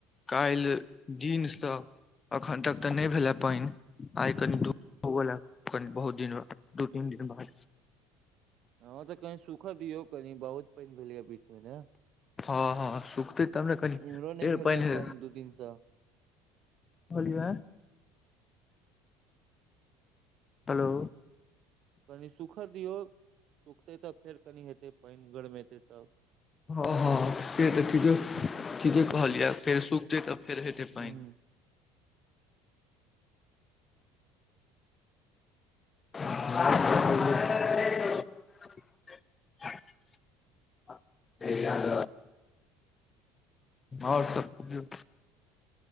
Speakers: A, on the left; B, on the right.
A: काल्हि दिनसँ एखन तक तऽ नय भेलए पानि आइ कनी धु उ बला कनी बहुत दिन बाद दू तीन दिन बाद
B: हँ तऽ कनी सुखऽ दियौ कनी बहुत पानी भेलैये बीच मे ने
A: हँ हँ सुखतै तबने कनी
B: इम्हरो नहि
A: फेर
B: भेले
A: पानि
B: एखन दू दिन से
A: कहलिये हेलो
B: कनी सुखऽ दियौ सुखतै तऽ फेर कनि हेतै पानि गरमेतै तब
A: हँ हँ से तऽ ठीके ठीके कहलियै फेर सुखतै तऽ फेर हेतै
B: ह
A: पानि <inaudible> <inaudible> आओर सब कहियौ